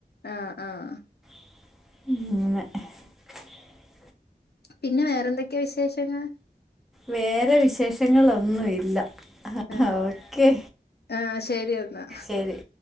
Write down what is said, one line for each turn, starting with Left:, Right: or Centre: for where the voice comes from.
Left: ആ ആ
Centre: <inaudible>
Left: പിന്നെ വേറെന്തൊക്കെയാ വിശേഷങ്ങൾ
Centre: വേറെ വിശേഷങ്ങളൊന്നും ഇല്ല
Left: ആ
Centre: ഓക്കെ
Left: ആ ശരി എന്നാ
Centre: ശരി